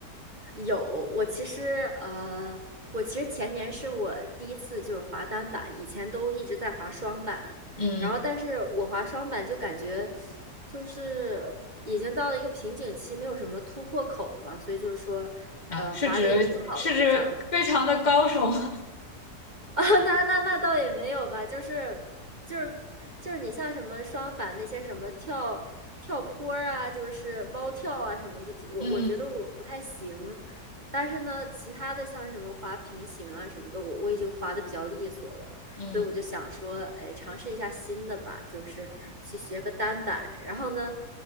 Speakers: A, on the right (about 30°); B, on the left (about 30°).
A: 有，我其实呃，我其实前年是我第一次就是滑单板，以前都一直在滑双板，
B: 嗯
A: 然后但是我滑双板就感觉就是已经到了一个瓶颈期，没有什么突破口了嘛，所以就是说，
B: 啊，
A: 呃，
B: 是指是指非常的高手吗？
A: 滑的也挺好的，就想啊，<laughs> 那那那倒也没有吧，就是就是就是你像什么双板那些什么跳跳坡儿啊，就是蛙跳啊什么的，我我觉得我不太行。
B: <laughs> 嗯
A: 但是呢，其他的像什么滑平行啊什么的，我我已经滑的比较利索了。
B: 嗯
A: 所以我就想说，哎，尝试一下新的吧，就是去学个单板。然后呢，